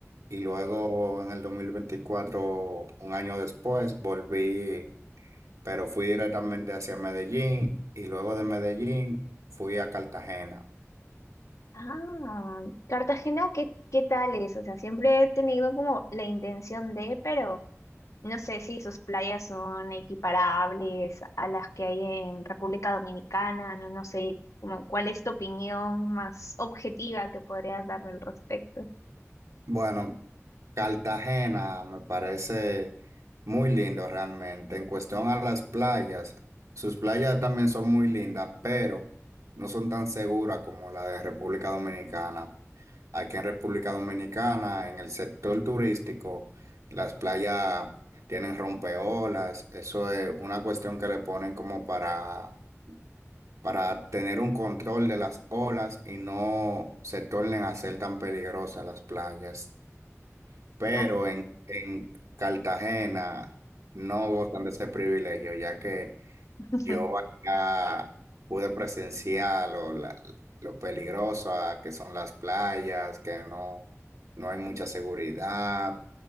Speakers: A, on the right (about 75°); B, on the left (about 70°).
A: y luego en el 2024, un año después, volví, pero fui directamente hacia Medellín y luego de Medellín fui a Cartagena.
B: Ah, Cartagena, ¿qué, qué tal es? O sea, siempre he tenido como la intención de, pero no sé si sus playas son equiparables a las que hay en República Dominicana, no, no sé, como cuál es tu opinión más objetiva que podrías darme al respecto.
A: Bueno, Cartagena me parece muy lindo realmente. En cuestión a las playas, sus playas también son muy lindas, pero no son tan seguras como la de República Dominicana. Aquí en República Dominicana, en el sector turístico, las playas tienen rompeolas. Eso es una cuestión que le ponen como para, para tener un control de las olas y no se tornen a ser tan peligrosas las playas pero
B: Ah,
A: en, en Cartagena no gozan de ese privilegio, ya que
B: <laughs>
A: yo allá pude presenciar lo, la- lo peligroso ah, que son las playas, que no, no hay mucha seguridad.